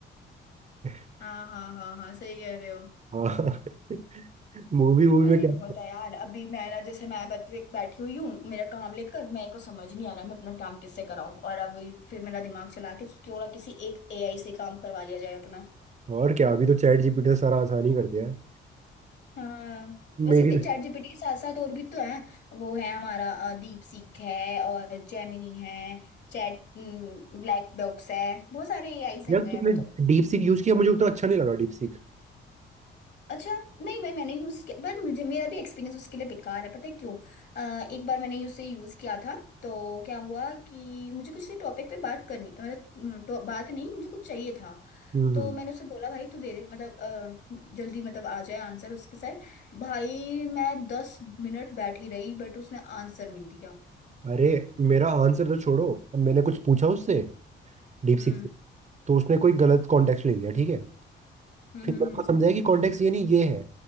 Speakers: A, on the right; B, on the left.
A: <laughs>
B: हाँ हाँ हाँ हाँ सही कह रहे हो
A: हाँ मूवी मूवी में
B: अरे
A: क्या
B: बहुत है यार अभी मेरा जैसे मैं बैठी बैठी हुई हूँ मेरा काम लेकर मेरे को समझ नहीं आ रहा मैं अपना काम किससे कराऊं और अब फिर मेरा दिमाग चला के क्यों ना किसी एक एआई से काम करवा लिया जाए अपना
A: और क्या अभी तो चैट जीपीटी ने सारा आसानी कर दिया है
B: हाँ वैसे
A: मेरी
B: चैट
A: अरे
B: जीपीटी के साथ साथ और भी तो हैं वो है हमारा अ, दीप सीख है और जेमिनी है चैट ब्लैक बॉक्स है बहुत सारे एआईज हैं
A: यार
B: हो गए
A: तुमने
B: अब तो
A: डीप सीक यूज किया मुझे उतना अच्छा नहीं लगा डीप सीक
B: अच्छा नहीं भाई मैंने यूज किया बट मुझे मेरा भी एक्सपीरियंस उसके लिए बेकार है पता है क्यों अ, एक बार मैंने उसे यूज किया था तो क्या हुआ कि मुझे कुछ से टॉपिक पे बात करनी मतलब तो, बात नहीं मुझे कुछ चाहिए था
A: हम्म
B: तो मैंने उसे बोला भाई तू दे दे मतलब अ, जल्दी मतलब आ जाए आंसर उसके साथ भाई मैं दस मिनट बैठी रही बट उसने आंसर नहीं दिया
A: अरे मेरा आंसर तो छोड़ो अब मैंने कुछ पूछा उससे डीप
B: हम्म
A: सीक से तो उसने कोई गलत कॉन्टेक्स्ट ले लिया ठीक है
B: हम्म
A: फिर
B: हम्म
A: मेरे को समझाया कि कॉन्टेक्स्ट ये नहीं ये है